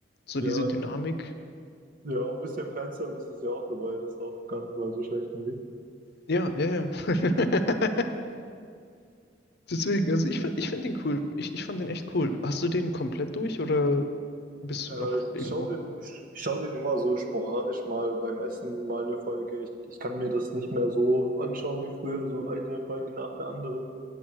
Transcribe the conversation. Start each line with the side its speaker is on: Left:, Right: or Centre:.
Left: So
Right: Ja,
Left: diese Dynamik.
Right: ja, ein bisschen Fanservice ist ja auch dabei, das ist auch gar nicht mal so schlecht, finde ich.
Left: Ja, ja, ja. <laughs> Deswegen, also ich find, ich find den cool. Ich, ich fand den echt cool. Hast du den komplett durch oder bist
Right: Äh,
Left: du noch
Right: ich ich
Left: irgendwo?
Right: schaue den, ich, ich schau den immer so sporadisch mal beim Essen mal eine Folge. Ich, ich kann mir das nicht mehr so anschauen wie früher, so eine Folge nach der anderen.